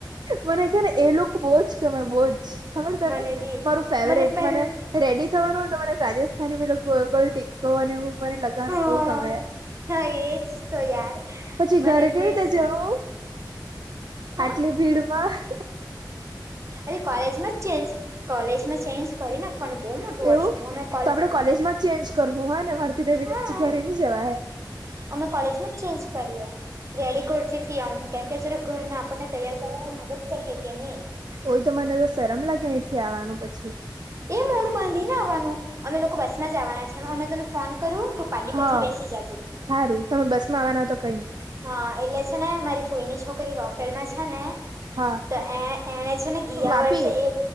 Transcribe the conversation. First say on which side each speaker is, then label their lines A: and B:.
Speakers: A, on the right; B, on the right.
A: મને છે ને એ લુક બોજ જ ગમે બોજ ખબર તને
B: મને બી
A: મારું ફેવરેટ
B: પણ
A: મને રેડી થવાનું હોય ને તો મને રાજસ્થાની પેલું ગોલ ગોલ ટીકો અને એવું મને લગાવવાનું
B: હા
A: બૌ ગમે.
B: હા એ જ તો યાર
A: પછી
B: મને
A: ઘરે કેવી
B: તો
A: રીતે
B: એજ
A: જઉં
B: હા
A: આટલી ભીડ માં
B: અરે કોલેજમાં જ ચેન્જ કોલેજમાં ચેન્જ કરી નાખવાનું બો મોટું
A: એવું
B: વોશરૂમ અમે
A: તો આપડે કોલેજમાં ચેન્જ કરહું ને મારાથી તો એવી
B: હા
A: રીતે પછી ઘરે ની જવાય
B: અમે કોલેજમાં જ ચેન્જ કરીએ. રેડી ઘર થી થિયાવહુ કેમ કે છેને ઘરના આપને તૈયાર કરવામાં મદદ કરહે કેની
A: ઓય તો મને તો શરમ લાગે અહીથી આવવાનું પછી
B: એ મોડું બાંધી ને આવાનું અમે લોકો બસમાં જ આવાના છે અમે તને ફોન કરુ તું પારડી
A: હા
B: પરથી બેસી જાજે.
A: હારું તમે બસ માં આવાના તો કઈ ની
B: હા એટલે છે ને મારી ફૂઈની છોકરી રોફેલમાં છે ને
A: હા
B: તો એ એને છે ને ગીયા
A: વાપી
B: વર્ષે એ